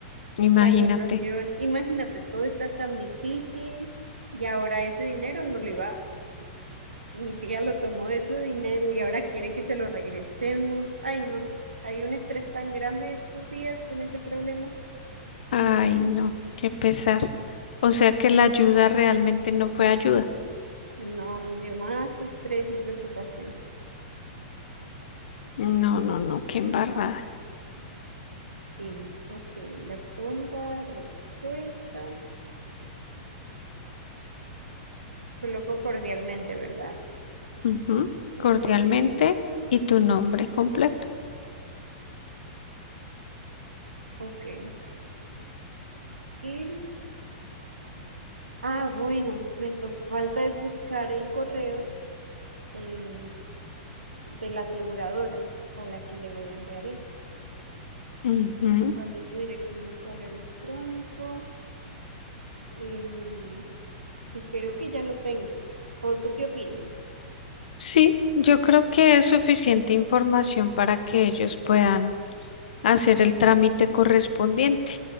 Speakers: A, on the left (about 60°); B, on the right (about 80°).
A: Imagínate.
B: la situación, imagínate, todo está tan difícil y ahora ese dinero no le va mi tía lo tomó de su dinero y ahora quiere que se lo regresemos. Ay, no, hay un estrés tan grande estos días con ese problema.
A: Ay, no, qué pesar. O sea que la ayuda realmente no fue ayuda.
B: No, nos dio más estrés y preocupación.
A: No, no, no, qué embarrada.
B: Sí, ok, la pronta respuesta. Coloco cordialmente, ¿verdad?
A: Ujú.
B: Cordialmente.
A: Cordialmente y tu nombre completo.
B: Ok, ir. Ah, bueno, me to- falta es buscar el correo eh, de la aseguradora a la que le voy a enviar esto.
A: Ujú.
B: ¿Cuál es su dirección de correo electrónico? Em, y creo que ya lo tengo. ¿O tú qué opinas?
A: Sí, yo creo que es suficiente información para que ellos puedan hacer el trámite correspondiente.